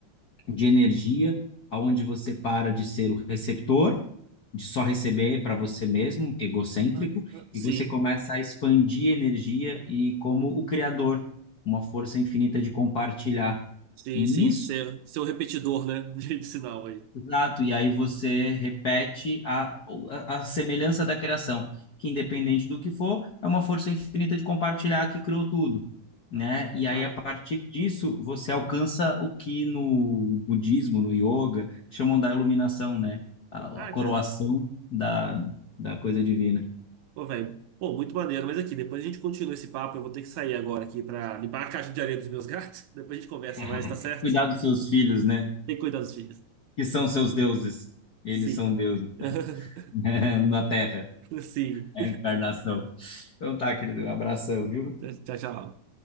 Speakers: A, on the left (about 60°); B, on the right (about 75°).
A: de energia, aonde você para de ser o receptor, de só receber para você mesmo, egocêntrico,
B: Aham. Sim.
A: e você começa a expandir energia e como o criador, uma força infinita de compartilhar.
B: Sim,
A: E
B: sim.
A: isso
B: Ser, ser um repetidor, né? <laughs> De, de sinal aí.
A: Exato, e aí você repete a, a, a semelhança da criação, que independente do que for, é uma força infinita de compartilhar que criou tudo, né?
B: Mas,
A: E
B: Cara.
A: aí, a partir disso, você alcança o que no budismo, no yoga, chamam da iluminação, né? A,
B: Ah,
A: a coroação
B: cara.
A: da, da coisa divina.
B: Pô, velho, pô, muito maneiro. Mas aqui, depois a gente continua esse papo. Eu vou ter que sair agora aqui pra limpar a caixa de areia dos meus gatos. <laughs> Depois a gente conversa
A: <laughs>
B: mais, tá certo?
A: Cuidar dos seus filhos, né?
B: Tem que cuidar dos filhos.
A: Que são seus deuses. Eles
B: Sim.
A: são deuses,
B: <laughs>
A: né? <laughs> Na Terra,
B: Sim.
A: é a encarnação. Então tá, querido, abração, viu?
B: Tchau, tchau.